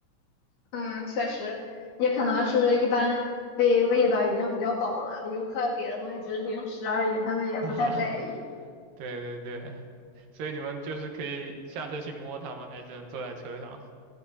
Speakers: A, on the left; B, on the right.
A: 嗯，确实，也可能是一般被喂的已经比较饱了，游客给的东西只是零食而已，他们也不太在意。
B: <laughs> 哈对对对，所以你们就是可以下车去摸它吗？还是只能坐在车上？